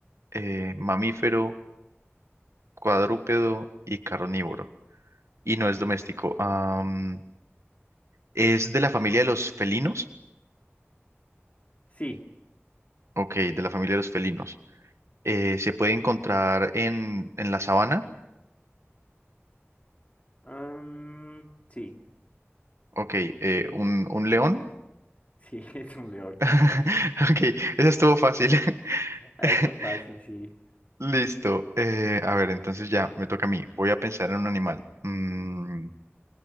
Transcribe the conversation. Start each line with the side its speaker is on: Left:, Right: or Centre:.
Right: eh, mamífero, cuadrúpedo y carnívoro. Y no es doméstico. Am, ¿es de la familia de los felinos?
Left: Sí,
Right: Ok, de la familia de los felinos. Eh, ¿se puede encontrar en, en la sabana?
Left: mm, sí,
Right: Ok, eh, un, un león.
Left: sí, <laughs> es un león.
Right: <laughs> Ok, eso estuvo fácil.
Left: Ah,
Right: <laughs>
Left: está fácil, sí.
Right: Listo. eh, a ver, entonces ya me toca a mí. Voy a pensar en un animal. Mm,